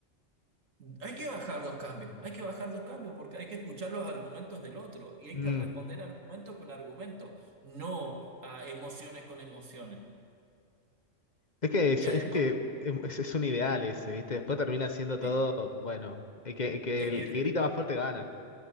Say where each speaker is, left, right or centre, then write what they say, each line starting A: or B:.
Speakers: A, on the right; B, on the left.
A: Hay que bajar dos cambios, hay que bajar dos cambios porque hay que escuchar los argumentos del otro y hay
B: Mm.
A: que responder argumentos con argumentos, no a emociones con emociones.
B: Es que, es
A: Y
B: es
A: además,
B: que es, es un ideal ese, viste, después termina siendo todo,
A: eh,
B: bueno, el que, el que,
A: es
B: el
A: que,
B: que grita más fuerte gana.